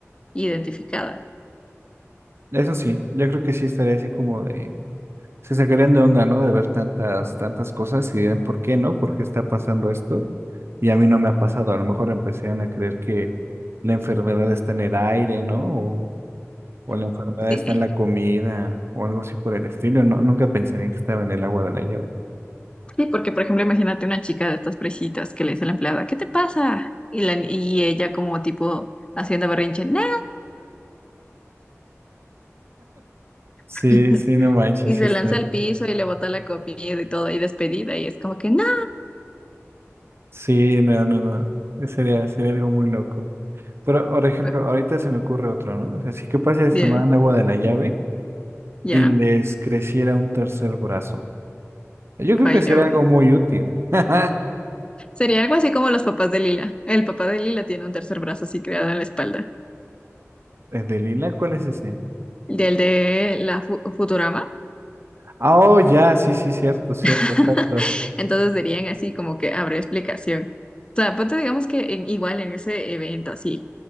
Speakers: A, on the left; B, on the right.
A: identificada,
B: Eso sí, yo creo que sí estaría así como de, se sacarían de onda, ¿no? De ver tantas, tantas cosas y dirían, ¿por qué no? ¿Por qué está pasando esto? Y a mí no me ha pasado. A lo mejor empezarían a creer que la enfermedad está en el aire, ¿no? O, o la enfermedad
A: ¿sí?
B: está en la comida o algo así por el estilo. No, nunca pensarían que estaba en el agua de la llave.
A: Sí, porque por ejemplo, imagínate una chica de estas presitas que le dice a la empleada, ¿qué te pasa? Y, la, y ella como tipo haciendo berrinche, no,
B: Sí,
A: <laughs>
B: sí, no manches,
A: y
B: sí
A: se
B: está.
A: lanza al piso y le bota la comida y todo, y despedida, y es como que no,
B: Sí, no, no, no. Sería, sería algo muy loco. Pero, por ejemplo,
A: pero
B: ahorita se me ocurre otro, ¿no? O sea, si que pasa es
A: ya,
B: tomaran agua de la llave
A: ya,
B: y les creciera un tercer brazo. Yo creo
A: ay
B: que sería
A: no.
B: algo muy útil. <laughs>
A: Sería algo así como los papás de Lila. El papá de Lila tiene un tercer brazo así creado en la espalda.
B: ¿El de Lila? ¿Cuál es ese?
A: Del de la Fu- Futurama.
B: Ah, oh, ya, sí, sí, cierto, cierto,
A: <laughs>
B: exacto.
A: Entonces serían así como que habrá explicación. O sea, ponte digamos que en- igual en ese evento así,